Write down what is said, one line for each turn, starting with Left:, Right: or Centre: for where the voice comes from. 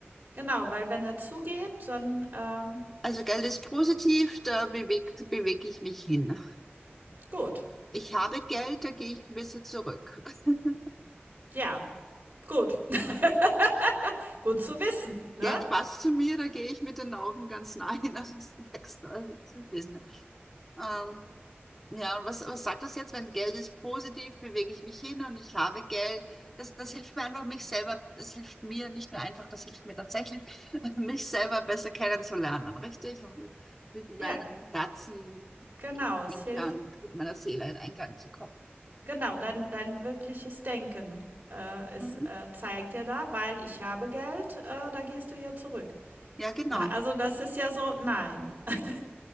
Right: genau, weil wenn er zugeht, dann ähm,
Centre: Also Geld ist positiv, da bewegt, bewege ich mich hin.
Right: gut.
Centre: Ich habe Geld, da gehe ich ein bisschen zurück. <laughs>
Right: Ja, gut. <laughs> Gut zu wissen, ne?
Centre: Geld passt zu mir, da gehe ich mit den Augen ganz nah hin, also <laughs> das ist ein Text äh, das ist nicht lesen Ähm, ja, und was, was sagt das jetzt? Wenn Geld ist positiv, bewege ich mich hin und ich habe Geld. Das, das hilft mir einfach, mich selber, das hilft mir nicht nur einfach, das hilft mir tatsächlich, <laughs> mich selber besser kennenzulernen, richtig? Und mit meinem
Right: Ja,
Centre: Herzen
Right: genau.
Centre: in
Right: Es
Centre: Einklang,
Right: hilft.
Centre: mit meiner Seele in Einklang zu kommen.
Right: Genau, dein dein wirkliches Denken, äh, es,
Centre: Mhm.
Right: äh, zeigt ja da, weil ich habe Geld, äh, da gehst du ja zurück.
Centre: Ja, genau.
Right: Ne? Also das ist ja so, nein. <laughs>